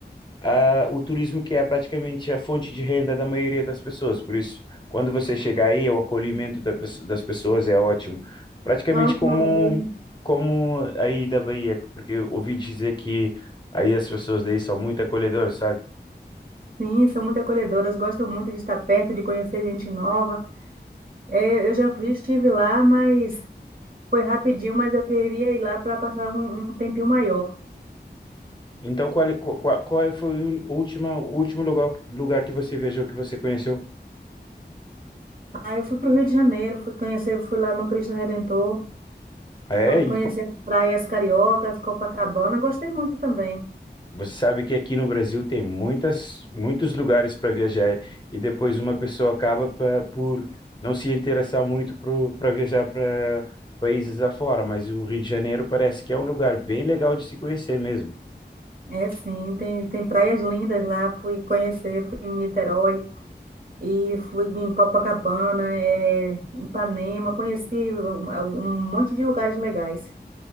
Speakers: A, on the left; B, on the right.
A: ah, o turismo que é praticamente a fonte de renda da maioria das pessoas. Por isso, quando você chegar aí, o acolhimento da pesso- das pessoas é ótimo. Praticamente
B: Ah,
A: como
B: que maravilha.
A: como aí da Bahia, porque eu ouvi dizer que aí as pessoas daí são muito acolhedoras, sabe?
B: Sim, são muito acolhedoras, gostam muito de estar perto, de conhecer gente nova. É, eu já fui- estive lá, mas foi rapidinho, mas eu queria ir lá para passar um, um tempinho maior.
A: Então, qual, é- qual, qual qual é, foi o última, o último lugar, lugar que você viajou, que você conheceu?
B: Aí eu fui para o Rio de Janeiro, fui conhecer, fui lá no Cristo Redentor.
A: É,
B: Fui
A: e
B: conhecer as praias cariocas, Copacabana, gostei muito também.
A: Você sabe que aqui no Brasil tem muitas, muitos lugares para viajar e depois uma pessoa acaba pra, por não se interessar muito para viajar para países afora, mas o Rio de Janeiro parece que é um lugar bem legal de se conhecer mesmo.
B: É sim, tem, tem praias lindas lá, fui conhecer, fui em Niterói e fui em Copacabana, é, em Ipanema, conheci um, um monte de lugares legais.